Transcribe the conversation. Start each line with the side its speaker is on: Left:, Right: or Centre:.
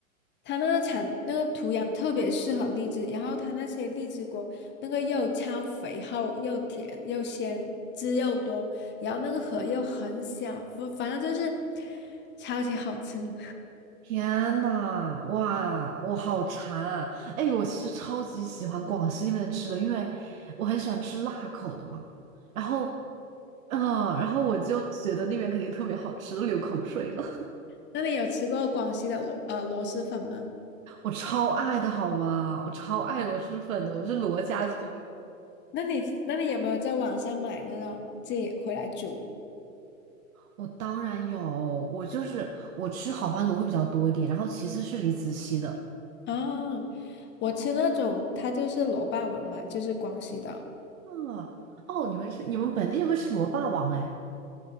Left: 它那个产那个土壤特别适合荔枝，然后它那些荔枝果那个又超肥厚又甜又鲜，汁又多，然后那个核又很小，反反正就是超级好吃。
Right: 天呐，哇，我好馋啊！哎，我其实超级喜欢广西那边的吃的，因为我很喜欢吃辣口的嘛。然后，嗯，然后我就觉得那边肯定特别好吃，都流口水了。
Left: <laughs> 那你有吃过广西的螺呃螺蛳粉吗？
Right: <laughs> 我超爱的好吗？我超爱螺蛳粉的，我是罗家军。
Left: 那你那你有没有在网上买那种自己回来煮？
Right: 我当然有，我就是我吃好欢螺会比较多一点，然后其次是李子柒的。
Left: 啊？我吃那种它就是螺霸王嘛，就是广西的。
Right: 啊，哦，你们是你们本地人会吃螺霸王哎？